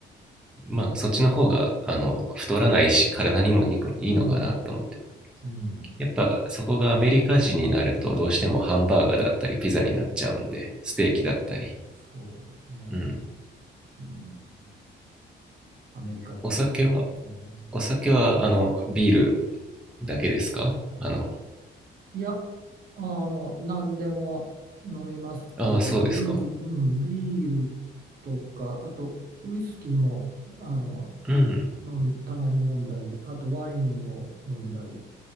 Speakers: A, in the centre; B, on the right (about 45°).
A: まあ、
B: そういう。
A: そっちの方が、あの、太らないし、体にもいいいいのかなと思って。
B: うん、うん、
A: やっぱ、そこがアメリカ人になると、どうしてもハンバーガーだったり、ピザになっちゃうんで、ステーキだったり、
B: そうだよね。
A: うん。
B: うんアメリカ人はこう、
A: お酒は、
B: うん
A: お酒は、あの、ビールだけですかあの、
B: いや、あの、何でも飲みますけど、
A: ああ、そうですか。
B: ビー、うん、ビールとか、あとウイスキーも、あの、
A: うん。
B: 飲んたまに飲んだり、あとワインを飲んだり、